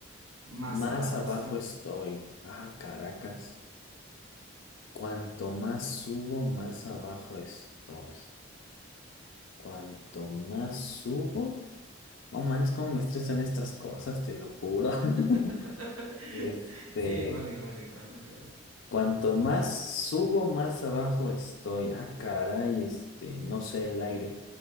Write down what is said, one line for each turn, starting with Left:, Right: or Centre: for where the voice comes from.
Right: Más
Left: más
Right: abajo
Left: abajo
Right: estoy.
Left: estoy. Ah, caracas. Cuanto más subo, más abajo estoy. Cuanto más subo, oh manches, cómo me estresan estas cosas, te lo juro. <laughs>
Right: <laughs>
Left: Este,
Right: Sí, igual, igual, igual, ¿no crees?
Left: cuanto más subo, más abajo estoy. Ah, caray, este, no sé, el aire.